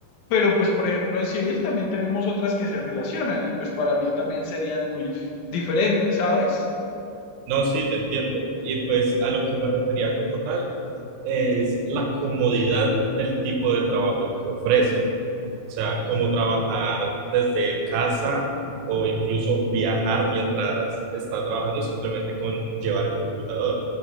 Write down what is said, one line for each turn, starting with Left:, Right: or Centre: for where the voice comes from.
Left: pero pues por ejemplo en civil también tenemos otras que se relacionan y pues para mí también serían muy diferentes, ¿sabes?
Right: No, sí, te entiendo. Y pues a lo que me refería como tal es la comodidad del tipo de trabajo que ofrece. O sea, como trabajar desde casa o incluso viajar mientras está trabajando simplemente con llevar el computador.